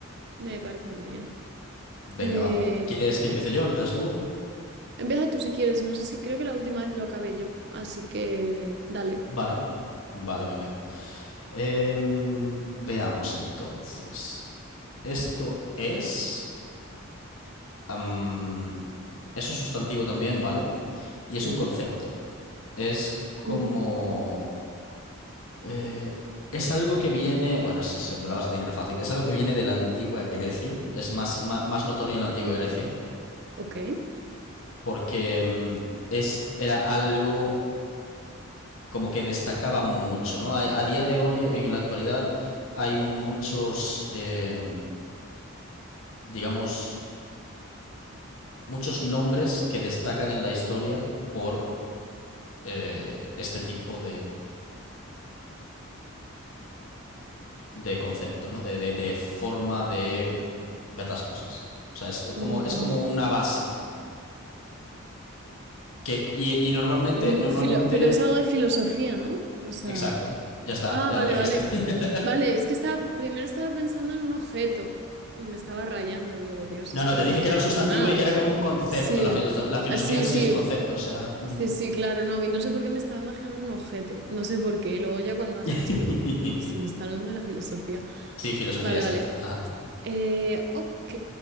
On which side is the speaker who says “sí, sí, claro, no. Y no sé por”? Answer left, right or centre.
Right